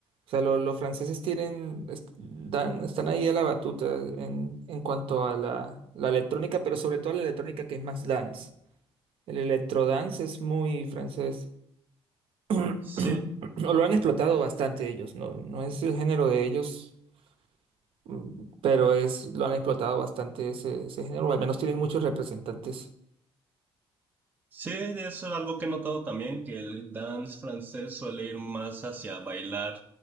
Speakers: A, on the right; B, on the right.
A: O sea, lo- los franceses tienen, est- dan, están ahí a la batuta en, en cuanto a la, la electrónica, pero sobre todo la electrónica que es más dance. El electrodance es muy francés. <clears throat>
B: Sí,
A: Lo han explotado bastante ellos, no, no es el género de ellos, mm, pero es, lo han explotado bastante ese, ese género, o al menos tienen muchos representantes.
B: sí, eso es algo que he notado también, que el dance francés suele ir más hacia bailar